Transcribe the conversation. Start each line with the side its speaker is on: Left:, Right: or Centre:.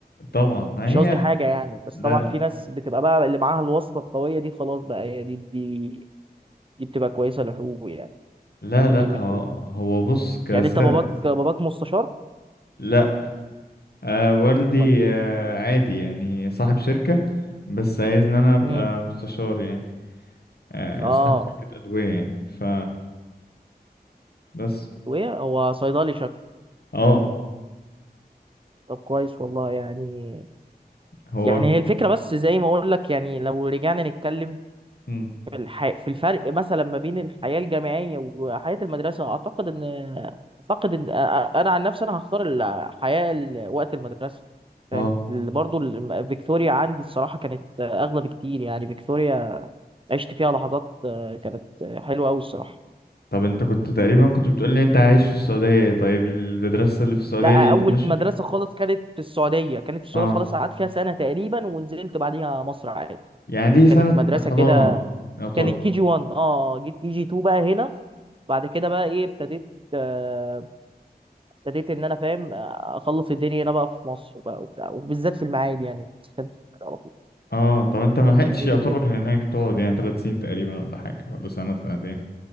Left: طبعا ما
Right: مش
Left: هي
Right: قصدي حاجه يعني بس
Left: لا
Right: طبعا في ناس بتبقى بقى اللي معاها الواسطه القويه دي خلاص بقى هي دي دي دي بتبقى كويسه لحقوق يعني
Left: لا
Right: اللي خارجين
Left: لا
Right: من
Left: هو
Right: حقوق
Left: هو بص كس
Right: يعني انت باباك باباك مستشار
Left: لا آه والدي
Right: امال ايه
Left: آه عادي يعني صاحب شركة بس عايز ان انا ابقى
Right: امم
Left: مستشار يعني آه
Right: اه
Left: صاحب شركة ادوية يعني ف بس
Right: وايه هو صيدلي شكله
Left: اه
Right: طب كويس والله يعني
Left: هو
Right: يعني هي الفكره بس زي ما اقول لك يعني لو رجعنا نتكلم
Left: مم.
Right: في الح... في الفرق مثلا ما بين الحياة الجامعية وحياة المدرسة أعتقد إن أعتقد إن أ- أ- أنا عن نفسي أنا هختار الحياة ال- وقت المدرسة فاهم
Left: اه
Right: ال- برضو ال- فيكتوريا عندي الصراحة كانت أغلى بكتير يعني فيكتوريا عشت فيها لحظات آه، كانت حلوة أوي الصراحة
Left: طب انت كنت تقريبا كنت بتقول لي انت عايش في السعودية طيب المدرسة اللي في السعودية
Right: لا
Left: دي انترناشونال
Right: أول مدرسة خالص كانت في السعودية كانت في السعودية
Left: اه
Right: خالص قعدت فيها سنة تقريبا ونزلت بعديها مصر عادي
Left: يعني دي سنة
Right: كانت مدرسة
Left: حضانة
Right: كده
Left: يعتبر
Right: كانت كي جي 1 اه جيت كي جي 2 بقى هنا بعد كده بقى ايه ابتديت آه، ابتديت ان انا فاهم اخلص الدنيا هنا بقى في مصر بقى وبتاع وبالذات في المعادي يعني بس كان في المعادي على طول
Left: اه طب انت ما لحقتش
Right: هي
Left: يعتبر
Right: دي الفكره
Left: هناك تقعد يعني ثلاث سنين تقريبا ولا حاجة ولا سنة سنتين